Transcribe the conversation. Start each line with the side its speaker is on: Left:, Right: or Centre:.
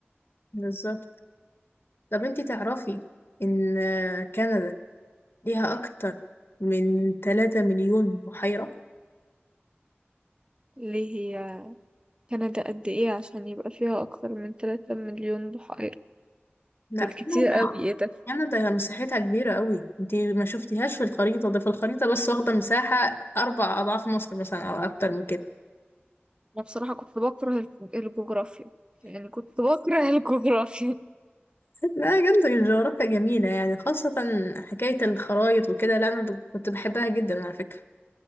Left: بالظبط طب انتي تعرفي ان آه، كندا ليها اكتر من 3 مليون بحيرة
Right: ليه هي كندا قد ايه عشان يبقى فيها اكتر من 3 مليون بحيرة
Left: لا
Right: دول
Left: كندا
Right: كتير قوي ايه ده
Left: كندا مساحتها كبيرة قوي انتي ما شفتيهاش في الخريطة ده في الخريطة بس واخدة مساحة اربع اضعاف مصر مثلا او اكتر من كده
Right: انا بصراحة كنت بكره الج- الجغرافيا يعني كنت بكره <laughs> الجغرافيا
Left: لا بجد الجغرافيا جميلة يعني خاصة حكاية الخرايط وكده لا انا ب- كنت بحبها جدا على فكرة